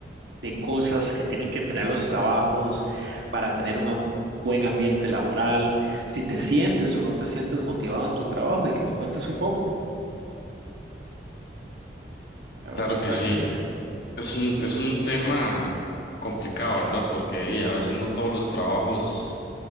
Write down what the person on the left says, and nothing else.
Claro
que
sí,
es un, es un tema complicado, ¿verdad? Porque y, a veces no todos los trabajos